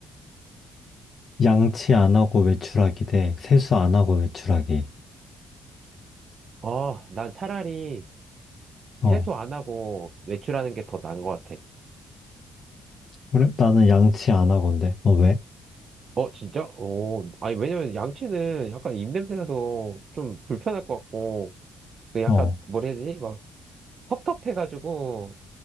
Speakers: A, on the left (about 50°); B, on the right (about 50°).
A: 양치 안 하고 외출하기 대 세수 안 하고 외출하기.
B: 어, 난 차라리
A: 어
B: 세수 안 하고 외출하는 게 더 나은 것 같아.
A: 그래 나는 양치 안 하건데. 너 왜?
B: 어, 진짜? 어, 아니, 왜냐면 양치는 약간 입냄새 나서 좀 불편할 것 같고, 그 약간,
A: 어
B: 뭐라 해야 되지? 텁텁해가지고